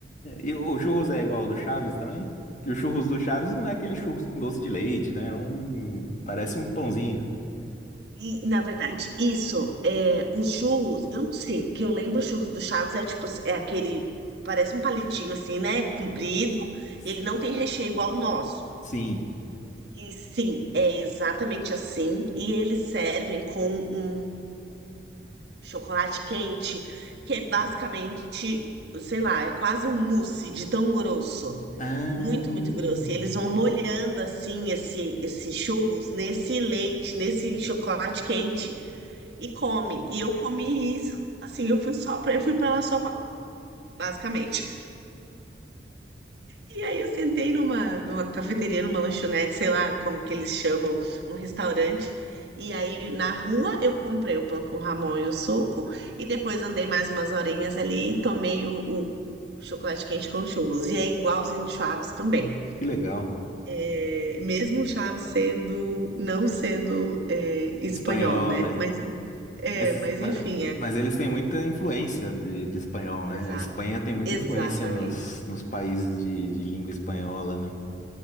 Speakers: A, on the left; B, on the right.
A: E o churros é igual ao do Chaves também? Que o churros do Chaves não é aquele churros com doce de leite, né? É um... Parece um pãozinho.
B: E, na verdade, isso, é, os churros, eu não sei, que eu lembro os churros do Chaves é tipo, é aquele, parece um palitinho assim, né? Comprido,
A: S-
B: ele não tem recheio igual o nosso.
A: Sim.
B: E sim, é exatamente assim. E eles servem com um chocolate quente, que é basicamente, sei lá, é quase um mousse de tão grosso.
A: Ah,
B: Muito, muito grosso. E eles vão molhando assim esse, esse churros nesse leite, nesse chocolate quente e come. E eu comi isso, assim, eu fui só pra, eu fui para lá só para basicamente. E aí eu sentei numa, numa cafeteria, numa lanchonete, sei lá como que eles chamam, um restaurante. E aí na rua eu comprei o pão com Ramon e o suco. E depois andei mais umas horinhas ali e tomei o, o- o chocolate quente com churros. E é igualzinho de Chaves também.
A: que legal.
B: É, mesmo o Chaves sendo, não sendo é, espanhol,
A: Espanhol,
B: né?
A: né?
B: Mas, é,
A: Mas,
B: mas
A: ma-
B: enfim, é.
A: mas eles têm muita influência de, de espanhol,
B: Exato,
A: né? A Espanha tem muita
B: exatamente.
A: influência nos, nos países de, de língua espanhola, né?